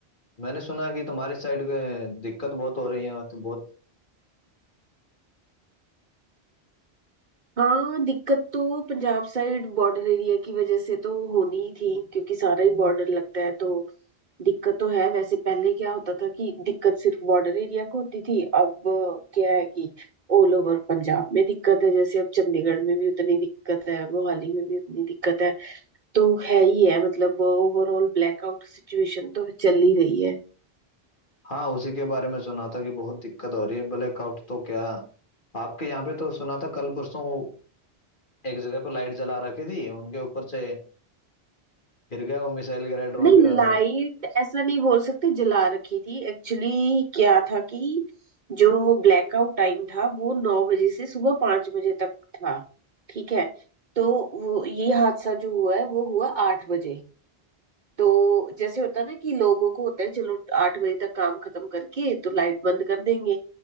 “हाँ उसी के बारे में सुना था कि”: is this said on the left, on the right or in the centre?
Left